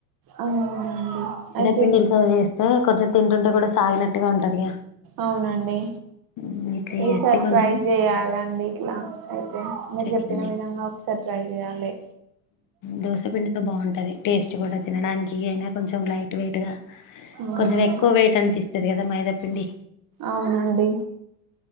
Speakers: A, on the right; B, on the left.
A: అవునండి అయితే
B: పిండిలతో జేస్తే కొంచెం తింటుంటే గూడా సాగినట్టుగా ఉంటదిగా.
A: అవునండి
B: హ్మ్. ఇట్లా
A: ఈ
B: జేస్తే
A: సర్ప్రైజ్
B: కొంచెం
A: చేయాలండి ఇట్లా అయితే మీరు
B: చేయండి.
A: చెప్పిన విధంగా ఒకసర్ప్రైజ్ చేయాలి
B: దోసపిండితో బాగుంటది టేస్ట్ కూడా తినడానికి అయినా కొంచెం లైట్ వెయిట్ గా
A: అవునండి
B: కొంచెం ఎక్కువ వెయిట్ అనిపిస్తుది కదా మాైదప్పిండి
A: అవునండి